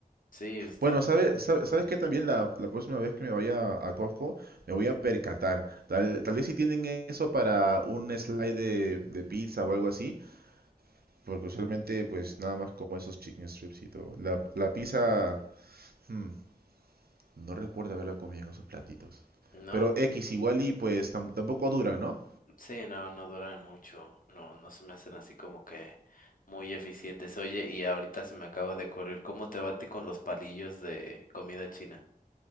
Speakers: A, on the left; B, on the right.
A: Sí, están,
B: Bueno, ¿sabes sabe, sabes que también la, la próxima vez que me vaya a Costco me voy a percatar? Tal, tal vez si tienen eso para un slide de, de pizza o algo así, porque usualmente pues nada más como esos chicken strips y todo. La, la pizza, hmm, no recuerdo haberla comido en esos platitos.
A: ¿no?
B: Pero X igual y pues tam- tampoco duran, ¿no?
A: Sí, no, no duran mucho. No, no se me hacen así como que muy eficientes. Oye, y ahorita se me acaba de ocurrir, ¿cómo te va a ti con los palillos de comida china?